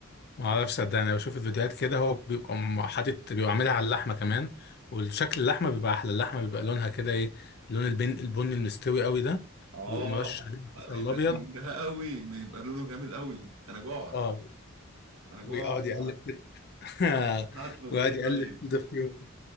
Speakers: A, on the left; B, on the right.
A: ما اعرفش صدقني انا بشوف الفيديوهات كده هو بيبقى م- حاطط بيبقى عاملها على اللحمه كمان وشكل اللحمه بيبقى احلى اللحمه بيبقى لونها كده ايه لون البن البني المستوي قوي ده
B: اه
A: ويقوم مرشش عليه البصل
B: بحب
A: الابيض
B: اللحم ده قوي بيبقى لونه جميل قوي انا جوعت
A: اه
B: انا جوعت
A: ويقعد يقلب كده <laughs>
B: هطلب
A: ويقعد
B: ايه
A: يقلب
B: طيب
A: كده فيهم